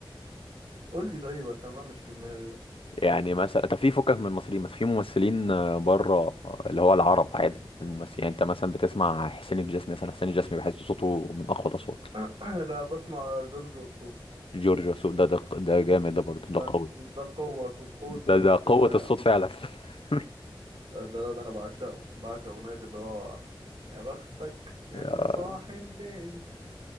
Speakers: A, on the right; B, on the left.
A: قول لي طيب عشان انا مش في دماغي بس
B: يعني مثلا طب في فكك من المصريين مثلا في ممثلين بره اللي هو العرب عادي الممثل يعني انت مثلا بتسمع حسين الجسمي مثلا حسين الجسمي بحس صوته من اقوى الاصوات
A: <clears throat> لا بسمع جورج وسوف
B: جورج وسوف ده ده ده جامد ده برضه ده
A: ده
B: قوي
A: ده قوة قوة
B: ده
A: الصوت
B: ده
A: كلها
B: قوة الصوت
A: يعني
B: فعلا <laughs>
A: ده, ده, ده أنا بعشقه بعشق أغنية اللي هو يا بختك يا
B: يا-
A: اللي صاحي الليل